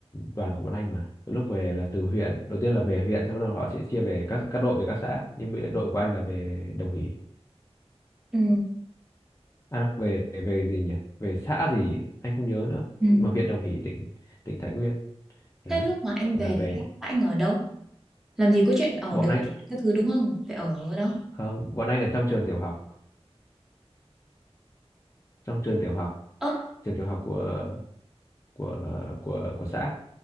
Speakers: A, on the left; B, in the centre.
A: đoàn của bọn anh mà. Từ Lúc về là từ huyện, đầu tiên là về huyện, sau đó họ sẽ chia về các các đội về các xã. Nhưng bị- đội của anh là về Đồng Hỷ.
B: Ừ.
A: À đâu, về về gì nhỉ? Về xã gì ấy, anh không nhớ nữa.
B: Ừ.
A: Nhưng mà huyện Đồng Hỷ tỉnh tỉnh Thái Nguyên. Đấy.
B: Thế lúc mà anh
A: Là
B: về
A: về
B: đấy anh ở đâu? Làm gì có chuyện ở
A: bọn
B: được
A: anh
B: khách sạn các thứ đúng không? Phải ở ở đâu?
A: không, bọn anh ở trong trường tiểu học, trong trường tiểu học,
B: Ơ,
A: trường tiểu học của của của của xã.